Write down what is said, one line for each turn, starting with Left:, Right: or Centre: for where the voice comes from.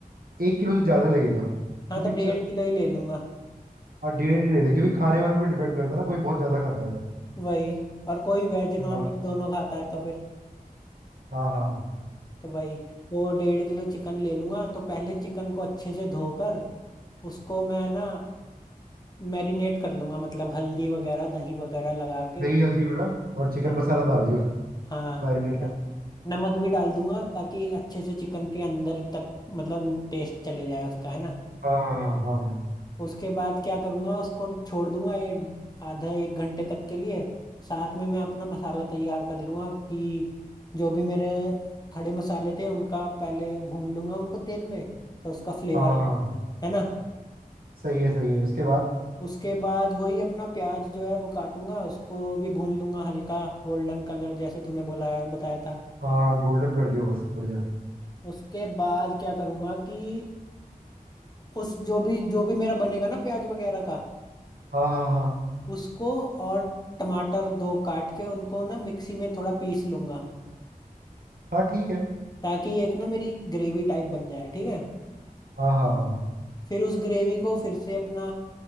Right: एक किलो से ज्यादा लगेगा
Left: हाँ
Right: क्योंकि
Left: तो
Right: च-
Left: डेढ़ किलो ही ले लूंगा
Right: हाँ डेढ़ ले ले क्योंकि खाने वाले पर डिपेंड करता है ना कोई बहुत ज्यादा खाता है
Left: वही और कोई वेज नॉन
Right: हाँ
Left: वेज दोनों खाता है तो फिर
Right: हाँ हाँ
Left: तो वही तो डेढ़ किलो चिकन ले लूंगा तो पहले चिकन को अच्छे से धोकर उसको मैं ना मैरिनेट कर लूंगा मतलब हल्दी वगैरह दही वगैरह लगा के
Right: दही हल्दी मेरा और चिकन
Left: हाँ
Right: मसाला डाल दियो
Left: हाँ
Right: मैरिनेट
Left: थोड़ा
Right: कर
Left: नमक भी डाल दूंगा ताकि अच्छे से चिकन के अंदर तक मतलब टेस्ट चले जाए उसका है ना
Right: हाँ हाँ हाँ हाँ
Left: उसके बाद क्या करूंगा उसको छोड़ दूंगा ये आधा एक घंटे तक के लिए साथ में मैं अपना मसाला तैयार कर लूंगा कि जो भी मेरे खड़े मसाले थे उनका पहले भून लूंगा उनको तेल में तो उसका फ्लेवर
Right: हाँ हाँ, हाँ।
Left: है ना
Right: सही है सही है उसके बाद
Left: उसके बाद वही अपना प्याज जो है वो काटूंगा उसको भी भून लूंगा हल्का गोल्डन कलर जैसे तूने बोला है बताया था
Right: हाँ हाँ गोल्डन कर दियो बस बढ़िया
Left: उसके बाद क्या करूंगा कि उस जो भी जो भी मेरा बनेगा ना प्याज वगैरह का
Right: हाँ हाँ हाँ
Left: उसको और टमाटर दो काट के उनको ना मिक्सी में थोड़ा पीस लूंगा
Right: हाँ ठीक है
Left: ताकि एक ना मेरी ग्रेवी टाइप बन जाए ठीक है
Right: हाँ हाँ हाँ
Left: फिर उस ग्रेवी को फिर से अपना